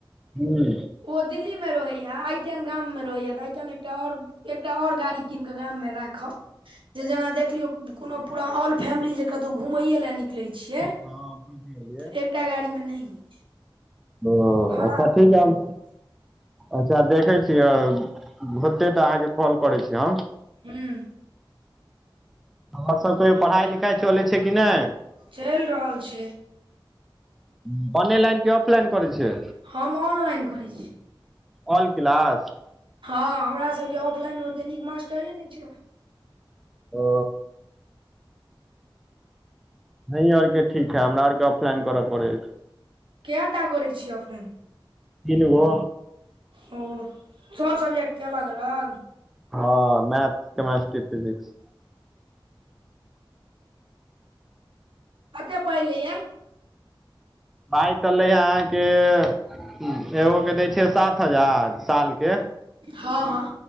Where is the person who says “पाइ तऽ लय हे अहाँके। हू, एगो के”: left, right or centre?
Centre